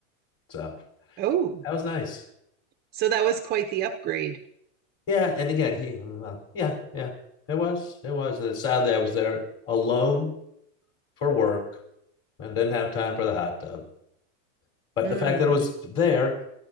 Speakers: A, on the left; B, on the right.
A: So
B: oh.
A: that was nice.
B: So that was quite the upgrade.
A: Yeah. And again, he, uh, yeah, yeah, it was. It was. And sadly, I was there alone for work and didn't have time for the hot tub. But
B: Mm,
A: the fact that it was there,